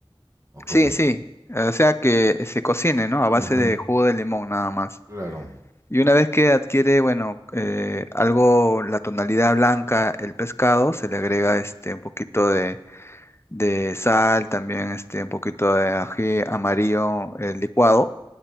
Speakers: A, on the right; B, on the left.
A: o cómo.
B: sí, sí, o sea que se cocine, ¿no? A base
A: Ujú,
B: de jugo de limón nada más.
A: claro.
B: Y una vez que adquiere, bueno, eh, algo, la tonalidad blanca, el pescado, se le agrega este un poquito de, de sal, también este un poquito de ají amarillo eh, licuado